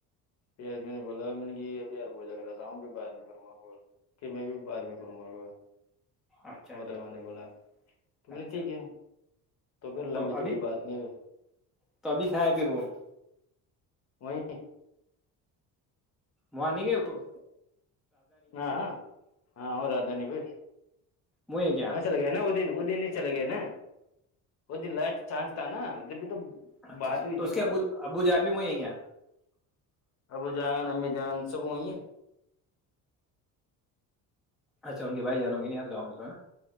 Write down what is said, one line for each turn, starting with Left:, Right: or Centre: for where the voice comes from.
Left: پیار میں نے بولا م میں نے کہ ابھی ار بوجا کرا رہا ہوں بع میں کروں گا بول کہ میں بھی بعد میں کروں گا گا
Centre: اچھا
Left: محترمہ
Centre: اچھا اچھا
Left: نے
Centre: اچا
Left: بولا تو میں
Centre: اچھا
Left: نے ٹھیک ہے پھر
Centre: تو
Left: لمبی
Centre: ابھی
Left: چوڑی بات نہیں
Centre: تو ابھی کھائےیں پھر وہ <inaudible>
Left: وہئی
Centre: وہانی گئے اوپ <inaudible>
Left: ہاں ہاں ہاں اورورد نہیں بھی
Centre: وہی ہے کیا
Left: وہاں چلے گئے نا وہ دن وہ دن ہی چلے گئے نا وہ دن لائ چانس تھا نا اھر بھی تو
Centre: اچھا
Left: بات
Centre: اچھا
Left: ہوئی
Centre: تو
Left: تھی
Centre: اس کے
Left: وہ
Centre: ابو ابو جان بھی وہی ہے کیا
Left: ابو جان امی جان سب وہئ ہے
Centre: اچھا ان کے بھائی جانووں گے ن یاد گاؤں میں تو ہے نا